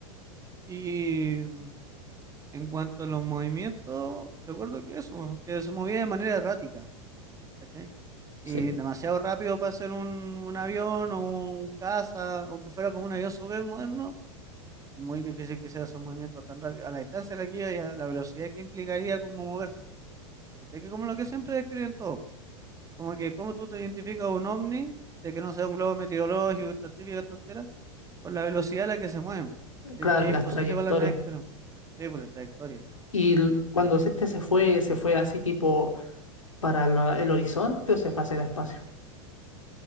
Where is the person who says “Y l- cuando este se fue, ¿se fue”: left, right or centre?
Left